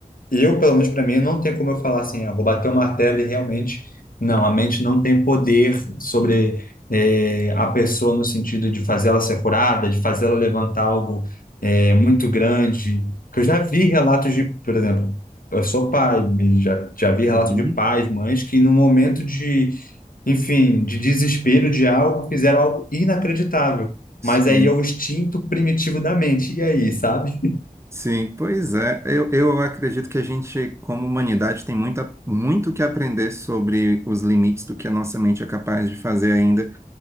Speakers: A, on the left (about 75°); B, on the right (about 20°).
A: eu, pelo menos para mim, não tem como eu falar assim, ah, vou bater o martelo e realmente. Não, a mente não tem poder sobre eh, a pessoa no sentido de fazê-la ser curada, de fazê-la levantar algo eh, muito grande. Que eu já vi relatos de, por exemplo, eu sou pai, e já, já vi
B: Uhum.
A: relatos de pais, mães que no momento de, enfim, de desespero de algo, fizeram algo inacreditável.
B: Sim.
A: Mas aí é o instinto primitivo da mente. E aí, sabe?
B: Sim, pois é. Eu, eu acredito que a gente, como humanidade, tem muita, muito que aprender sobre os limites do que a nossa mente é capaz de fazer ainda.